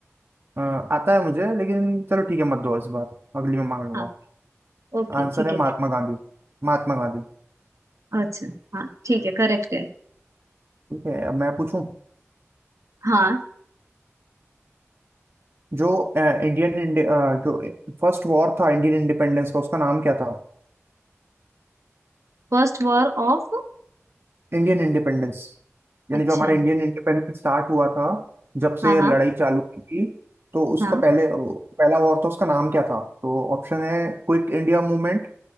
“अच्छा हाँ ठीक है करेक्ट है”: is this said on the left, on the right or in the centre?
Right